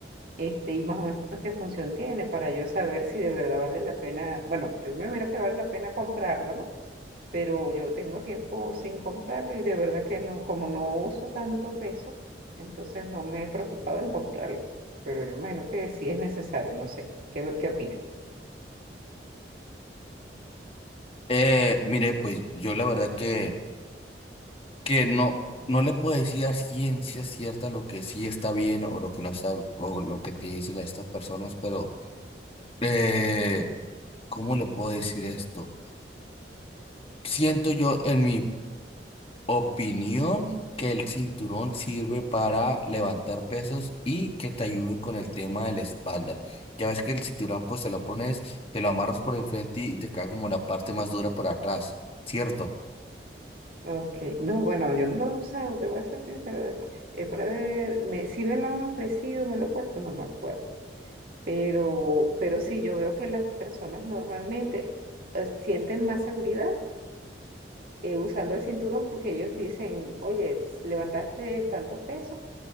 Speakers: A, on the right (about 50°); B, on the left (about 30°).
A: Este, y más o menos qué función tiene para yo saber si de verdad vale la pena, bueno, yo me imagino que vale la pena comprarlo, ¿no? pero yo tengo tiempo sin comprarlo y de verdad que no, como no uso tanto peso, entonces no me he preocupado en comprarlo, pero yo imagino que sí es necesario, no sé, ¿qué, qué opinas?
B: Eh, mire, pues yo la verdad que, que no, no le puedo decir a ciencia cierta lo que sí está bien o lo que no está, o lo que te dicen estas personas, pero eh, ¿cómo le puedo decir esto? Siento yo, en mi opinión, que el cinturón sirve para levantar pesos y que te ayude con el tema de la espalda. Ya ves que el cinturón, pues te lo pones, te lo amarras por enfrente y te cae como la parte más dura por atrás, ¿cierto?
A: Ok, no, bueno, yo no lo he usado, te voy a ser sincera, eh, para ver, me, si me lo han ofrecido, me lo he puesto, no me acuerdo, pero, pero sí, yo veo que las personas normalmente eh, sienten más seguridad eh, usando el cinturón porque ellos dicen, oye, s- levantaste tanto peso,